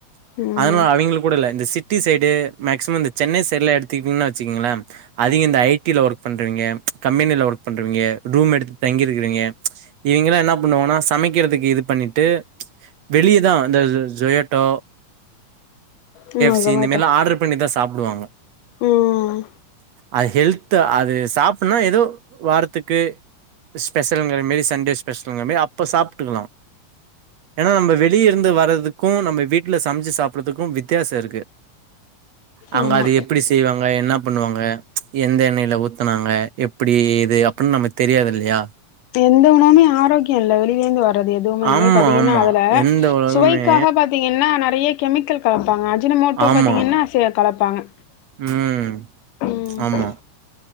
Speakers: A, on the left; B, on the right.
A: ம்
B: அதனா அவிங்களு கூட இல்ல இந்த சிட் ட்டி சைடு மேக்சிம இந்த சென்னை சைட்ல எடுத்துக்கிட்டீங்னா வச்சுக்குங்ளே அதிக இந்த ஐ டி ல ஒர்க் பண்றவிங்கெ கம்பெனில ஒர்க் பண்றவிங்கெ ரூம் எடுத்து தங்கிருக்குறவிங்கெ இவங்கெளா என்ன பண்ணுவானா சமைக்கிறதுக்கு இது பண்ணிட்டு வெளியதா இந்த ஜோ ஜோயாட்டோ
A: ம்
B: சி
A: சொமேட்டோ
B: இந்த மார்லா ஆர்ட்ரு பண்ணி தா சாப்டுவாங்க
A: ம்
B: அது ஹெல்த்து அது சாப்புட்னா எதோ வாரத்துக்கு ஸ்பெஷலுங்கிற மாரி சண்டே ஸ்பெஷலுங்கிற மாரி அப்ப சாப்ட்டுக்கலா ஏனா நம்ம வெளிய இருந்து வரதுக்கு நம்ம வீட்ல சமைச்சு சாப்பிட்றதுக்கு வித்தியாச இருக்கு அங்க
A: ஆமா
B: அது எப்டிஸ் செய்வாங்க என்ன பண்ணுவாங்க எந்த எண்ணெய்ல ஊத்துனாங்க எப்டி இது அப்டின் நமக்கு தெரியாது இல்லையா
A: எந்த உணவுமே ஆரோக்ய இல்ல வெளிலருந்து வர து எதுவுமே
B: ஆமா
A: பாத்தீங்கனா
B: ஆமா
A: அதுல
B: எந்த உலகமே
A: சுவைக்காக பாத்தீங் கன்னா நெறைய கெமிக்கல் கலப்பாங்க அஜினமோட்டோ
B: ஆமா
A: பாத்தீங்கன்னா சிலர் கலப்பாங்க
B: ம்
A: ம்
B: ஆமா